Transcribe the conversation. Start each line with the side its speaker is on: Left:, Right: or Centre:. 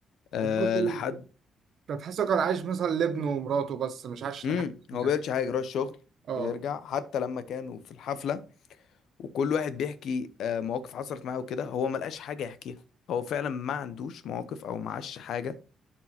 Left: آه
Right: وبرضه
Left: لحد
Right: كان تحسه كان عايش مثلا لابنه ومراته بس مش عايش
Left: امم
Right: لحاجة تانية
Left: هو بيعملش حاجه يروح الشغل
Right: اه
Left: ويرجع حتى لما كانوا في الحفله وكل واحد بيحكي آه، مواقف حصلت معاه وكده هو ما لقاش حاجة يحكيها هو فعلا ما عندوش مواقف او معاش حاجة